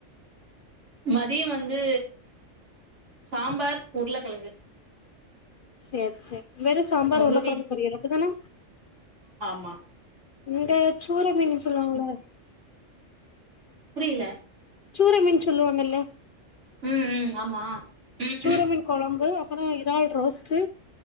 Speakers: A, on the right (about 70°); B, on the left (about 50°).
A: மதிய வந்து சாம்பார் உருளக்கெழங்கு
B: செர் செர் வெறு சாம்பார்
A: உங்க
B: உருளக்கெழங்கு
A: வீட்
B: பொரியல் அப்டிதான
A: மா
B: இந்த சூற மீன் சொல்லுவாங்கல
A: புரியில
B: சூற மீன் சொல்லுவாங்கல்ல
A: ம் ம் ஆமா ம்
B: சூற மீன் கொழம்பு அ ப்புற இறால் ரோஸ்ட்டு